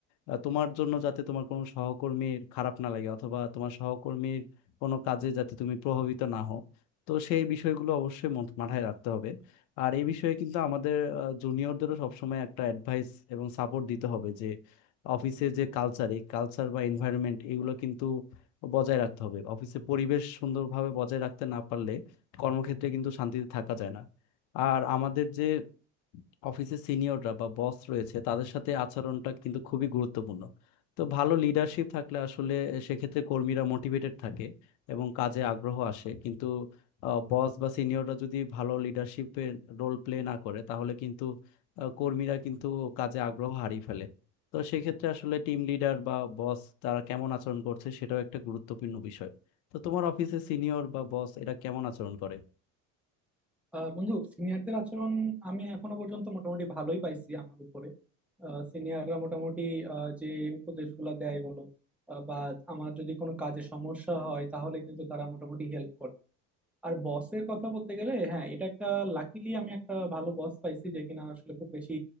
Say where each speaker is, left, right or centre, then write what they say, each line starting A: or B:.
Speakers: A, on the left; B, in the centre.
A: আহ, তোমার জন্য যাতে তোমার কোনো সহকর্মীর খারাপ না লাগে অথবা তোমার সহকর্মীর কোনো কাজে যাতে তুমি প্রভাবিত না হও তো সেই বিষয়গুলো অবশ্যই মন- মাথায় রাখতে হবে আর এই বিষয়ে কিন্তু আমাদের জুনিয়রদেরও সবসময় একটা অ্যাডভাইস এবং সাপোর্ট দিতে হবে যে অফিসে যে কালচার এই কালচার বা এনভায়রনমেন্ট এগুলো কিন্তু বজায় রাখতে হবে অফিসে পরিবেশ সুন্দরভাবে বজায় রাখতে না পারলে কর্মক্ষেত্রে কিন্তু শান্তিতে থাকা যায় না আর আমাদের যে অফিসে সিনিয়ররা বা বস রয়েছে তাদের সাথে আচরণটা কিন্তু খুবই গুরুত্বপূর্ণ তো ভালো লিডারশিপ থাকলে আসলে সেক্ষেত্রে কর্মীরা মোটিভেটেড থাকে এবং কাজে আগ্রহ আসে কিন্তু বস বা সিনিয়ররা যদি ভালো লিডারশিপের রোল প্লে না করে তাহলে কিন্তু আহ, কর্মীরা কিন্তু কাজে আগ্রহ হারিয়ে ফেলে তো সেক্ষেত্রে আসলে টিম লিডার বা বস তারা কেমন আচরণ করছে সেটাও একটা গুরুত্বপূর্ণ বিষয় তো তোমার অফিসে সিনিয়র বা বস এরা কেমন আচরণ করে
B: আহ, বন্ধু সিনিয়রদের আচরণ আমি এখনো পর্যন্ত মোটামুটি ভালোই পাইছি আমার উপরে সিনিয়ররা মোটামুটি আহ, যে উপদেশগুলো দেয় বলো আহ, বা আমার যদি কোনো কাজে সমস্যা হয় তাহলে কিন্তু তারা মোটামুটি হেল্প করে আর বসের কথা বলতে গেলে হ্যাঁ এটা একটা লাকিলি আমি একটা ভালো বস পাইছি যে কিনা আসলে খুব বেশি